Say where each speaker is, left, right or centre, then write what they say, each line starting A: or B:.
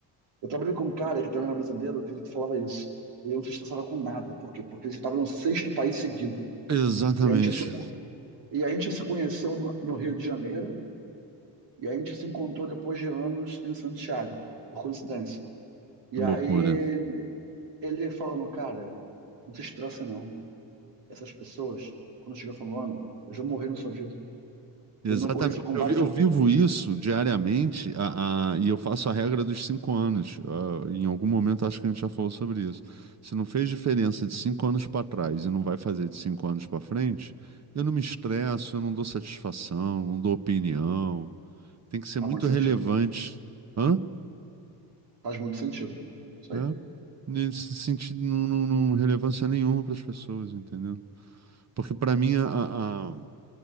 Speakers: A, on the right; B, on the right.
A: Eu trabalhei com um cara que também era brasileiro, que ele falava isso. Ele não se estressava com nada. Por quê? Porque ele estava no sexto país seguido.
B: Exatamente.
A: E a gente se e a gente se conheceu no, no Rio de Janeiro e a gente se encontrou depois de anos em Santiago, por coincidência. E
B: Que Loucura.
A: aí ele, ele falando, cara, não se estressa não. Essas pessoas, quando chega falando ano, eu já morri no sua vida.
B: Exatamente.
A: Eu me aborreço com
B: Eu,
A: vários...
B: vi- eu
A: já
B: vivo isso diariamente a, a- e eu faço a regra dos cinco anos. Ah, em algum momento acho que a gente já falou sobre isso. Se não fez diferença de cinco anos para trás e não vai fazer de cinco anos para frente, eu não me estresso, eu não dou satisfação, não dou opinião. Tem que ser
A: Faz
B: muito
A: muito sentido.
B: relevante. Hã?
A: Faz muito sentido. Isso
B: É.
A: aí.
B: Nesse sentido, não, não, não relevância nenhuma para as pessoas, entendeu? Porque para mim a, a